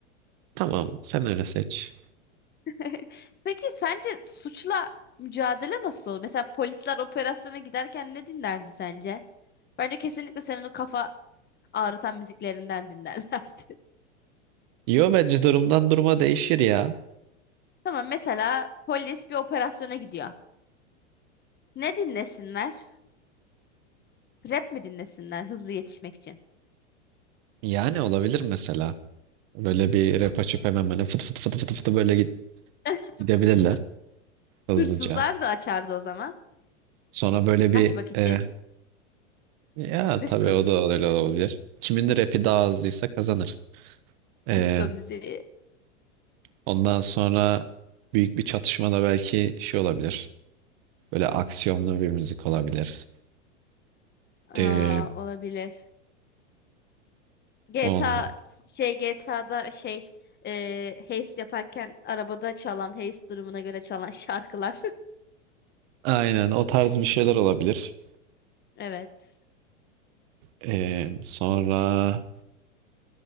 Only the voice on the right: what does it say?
Tamam, sen öyle seç.
Yo bence durumdan duruma değişir ya.
Yani olabilir mesela. Böyle bir rap açıp hemen böyle fıt fıt fıt fıt fıt böyle git-
gidebilirler
hızlıca.
Sonra böyle bir
e, ya
tabii o
da öyle olabilir. Kimin de rapi daha hızlıysa kazanır. E,
ondan sonra büyük bir çatışmada belki şey olabilir. Böyle aksiyonlu bir müzik olabilir.
E,
ondan.
Aynen o tarz bir şeyler olabilir.
Ee, sonra